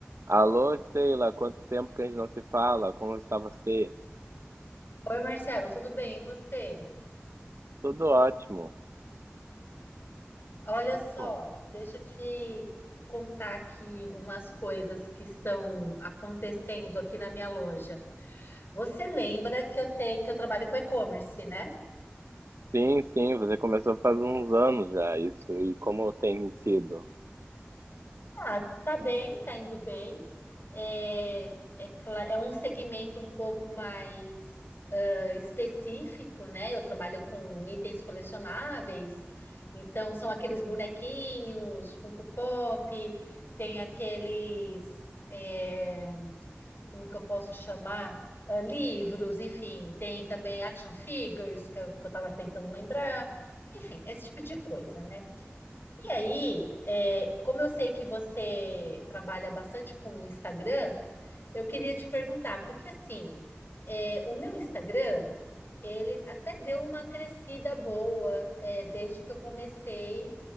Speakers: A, on the right; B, on the left.
A: Alô, Sheila, quanto tempo que a gente não se fala? Como está você?
B: Oi, Marcelo, tudo bem? E você?
A: Tudo ótimo.
B: Olha
A: Que
B: só,
A: me conta.
B: deixa eu te contar aqui umas coisas que estão acontecendo aqui na minha loja. Você lembra que eu tenho que eu trabalho com e-commerce, né?
A: Sim, sim, você começou faz uns anos já isso. E como tem sido?
B: Ah, tá bem, tá indo bem. É, é, cla- é um segmento um pouco mais ah, específico, né? Eu trabalho com itens colecionáveis, então são aqueles bonequinhos, Funko Pop, tem aqueles, é, como que eu posso chamar? Ah, livros, enfim, tem também action figures, que eu, que eu tava tentando lembrar, enfim, esse tipo de coisa, né? E aí, é, como eu sei que você trabalha bastante com o Instagram, eu queria te perguntar, porque assim, é, o meu Instagram, ele até deu uma crescida boa, é, desde que eu comecei